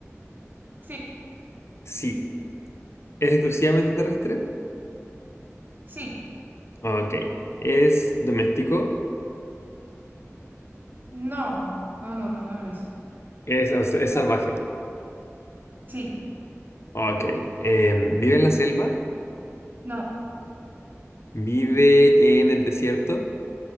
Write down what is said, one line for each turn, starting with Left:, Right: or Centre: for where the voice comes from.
Right: Sí,
Left: Sí. ¿Es exclusivamente terrestre?
Right: sí,
Left: Ok. ¿Es doméstico?
Right: no, no, no, no, no lo es.
Left: Es, es salvaje.
Right: Sí,
Left: Ok. Em, ¿vive en la selva?
Right: no,
Left: ¿Vive en el desierto?